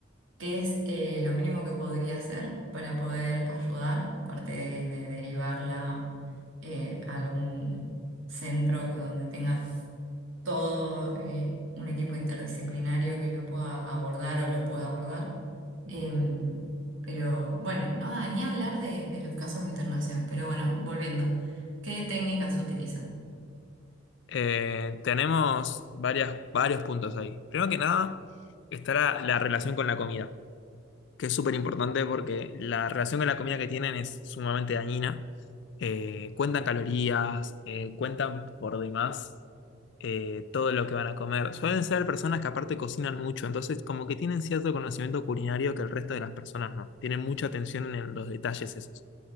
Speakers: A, on the right; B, on the left.
A: qué es eh, lo mínimo que podría hacer para poder ayudar, aparte de, de derivarla eh, a algún centro que donde tenga todo eh, un equipo interdisciplinario que la pueda abordar o lo pueda abordar. Em, pero bueno, no, ah, ni hablar de, de los casos de internación. Pero bueno, volviendo, ¿qué técnicas utilizan?
B: Eh, tenemos varias, varios puntos ahí. Primero que nada, está la la relación con la comida. que es súper importante porque la relación con la comida que tienen es sumamente dañina. Eh, cuentan calorías, eh, cuentan por demás eh, todo lo que van a comer. Suelen ser personas que aparte cocinan mucho, entonces como que tienen cierto conocimiento culinario que el resto de las personas no. Tienen mucha atención en los detalles esos.